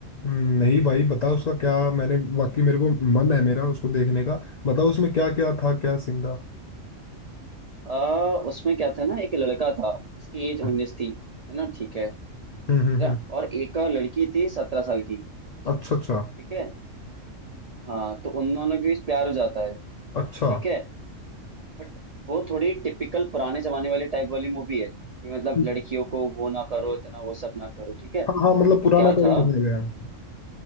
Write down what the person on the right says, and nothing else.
आ, उसमें क्या था ना एक लड़का था उसकी एज उन्नीस
थी है ना ठीक है
अच्छा,
और एक और लड़की थी सत्रह साल की
ठीक है हाँ तो उन दोनों के बीच प्यार हो जाता है
ठीक है बट वो थोड़ी टिपिकल पुराने जमाने वाली टाइप वाली मूवी है कि मतलब
लड़कियों को वो ना करो इतना वो सब ना करो ठीक है
तो
क्या
था